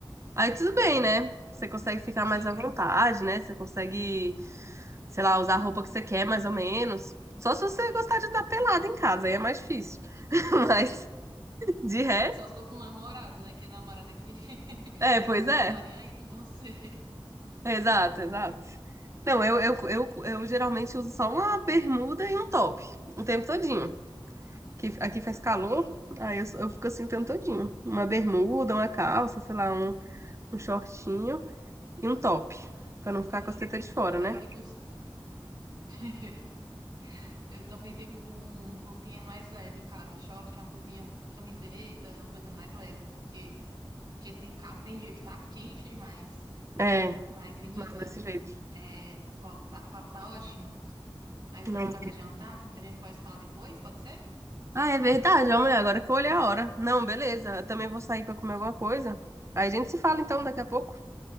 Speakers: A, on the right; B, on the right.
A: Aí tudo bem, né? Você consegue ficar
B: sim,
A: mais à vontade, né? Você consegue, sei lá, usar a roupa que você quer, mais ou menos. Só se você gostar de andar pelado em casa, aí é mais difícil. <laughs> Mas de resto,
B: só se for com um namorado, né? Que namorada que, <laughs>
A: é, pois
B: que não
A: é.
B: vai estar nem aí com você.
A: Exato, exato. Não, eu, eu, eu, eu geralmente uso só uma bermuda e um top o tempo todinho. Que aqui faz
B: Nossa,
A: calor, aí eu, eu fico assim o tempo todinho. Uma bermuda, uma calça, sei lá, um, um shortinho e um top. Pra não ficar
B: bem,
A: com a seta de fora,
B: também
A: né?
B: fico. <laughs> Eu também fico com roupinha mais leve em casa, short, uma blusinha, camiseta, uma coisa mais leve, porque, porque tem, ca- tem dia que tá quente demais.
A: É,
B: Mas, menina,
A: não, desse jeito.
B: é, o papo tá, o papo tá ótimo, mas
A: Não.
B: tem que fazer jantar, porque a gente pode falar depois, pode ser?
A: Ah, é verdade, homem, agora que eu olhei a hora. Não, beleza, eu também vou sair pra comer alguma coisa. Aí a gente se fala então daqui a pouco.